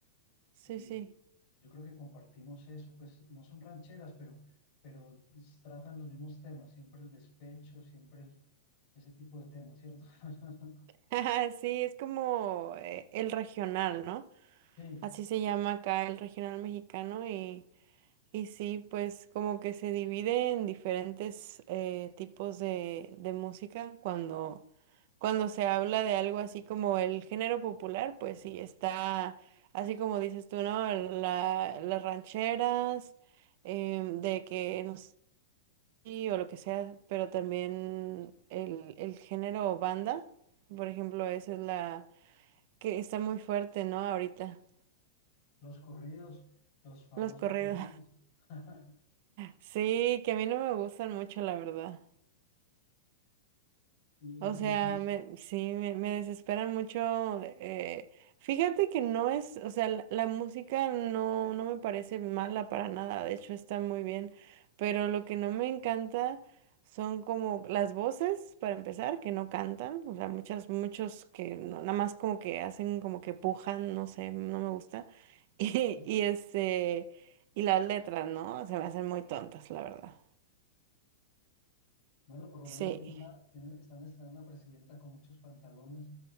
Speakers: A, on the right; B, on the left.
A: sí,
B: y
A: sí.
B: yo creo que compartimos eso, pues no son rancheras, pero, pero s- tratan los mismos temas, siempre el despecho, siempre el- ese tipo de temas, ¿cierto? <laughs>
A: <laughs> Sí, es como eh, el regional, ¿no?
B: Sí,
A: Así se llama acá el regional mexicano y, y sí, pues como que se divide en diferentes eh, tipos de, de música. Cuando, cuando se habla de algo así como el género popular, pues sí, está así como dices tú, ¿no? La- las rancheras, em, de que no sé, sí, o lo que sea, pero también el, el género banda, por ejemplo, esa es la que está muy fuerte, ¿no? Ahorita,
B: los corridos, los famosos
A: los corridos.
B: corridos. <laughs>
A: Sí, que a mí no me gustan mucho, la verdad.
B: Y,
A: O sea,
B: y entonces,
A: me, sí, me, me desesperan mucho. eh, fíjate que no es, o sea, la, la música no, no me parece mala para nada, de hecho está muy bien, pero lo que no me encanta son como las voces, para empezar, que no cantan, o sea, muchas, muchos que no- nada más como que hacen como que pujan, no sé, no me gusta. <laughs> Y,
B: ok.
A: y este, y las letras, ¿no? Se me hacen muy tontas, la verdad.
B: Bueno, por lo
A: Sí.
B: menos tienen una, tienen, están estrenando una presidenta con muchos pantalones